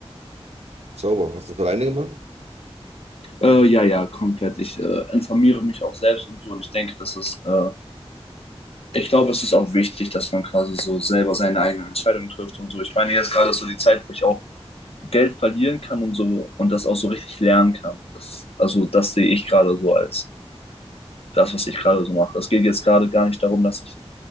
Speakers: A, on the right; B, on the left.
A: sauber. Hast du das alleine gemacht?
B: Äh, ja, ja, komplett. Ich äh, informiere mich auch selbst und so und ich denke, das ist, äh, ich glaube, es ist auch wichtig, dass man quasi so selber seine eigenen Entscheidungen trifft und so. Ich meine, jetzt gerade ist so die Zeit, wo ich auch Geld verlieren kann und so und das auch so richtig lernen kann. Das, also das sehe ich gerade so als das, was ich gerade so mache. Es geht jetzt gerade gar nicht darum, dass ich